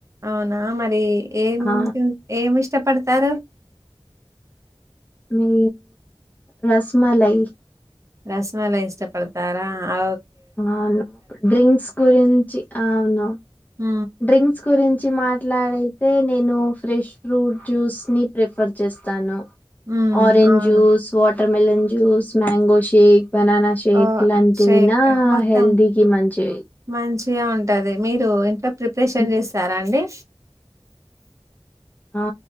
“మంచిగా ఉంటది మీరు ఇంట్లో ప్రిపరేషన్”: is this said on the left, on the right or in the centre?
Right